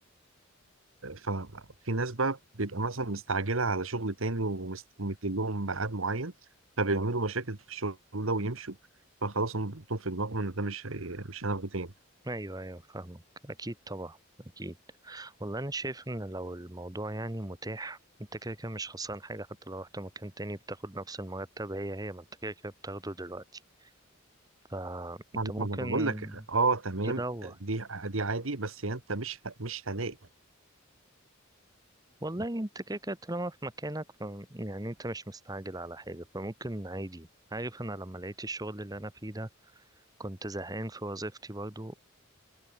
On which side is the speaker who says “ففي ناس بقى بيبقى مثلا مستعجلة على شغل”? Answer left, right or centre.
Right